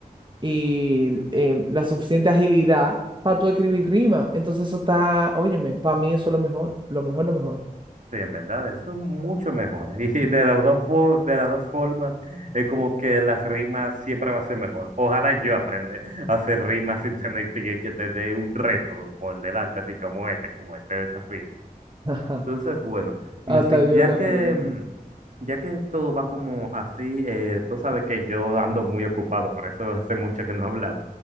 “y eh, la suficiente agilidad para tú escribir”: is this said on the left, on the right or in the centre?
Right